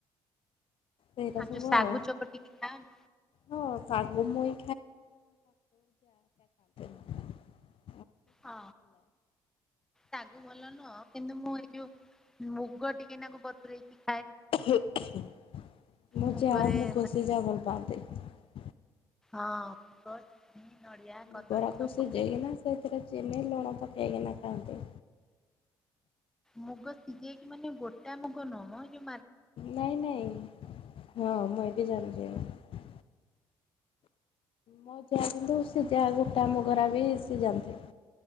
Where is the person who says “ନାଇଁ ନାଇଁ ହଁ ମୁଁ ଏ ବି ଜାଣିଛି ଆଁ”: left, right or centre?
Left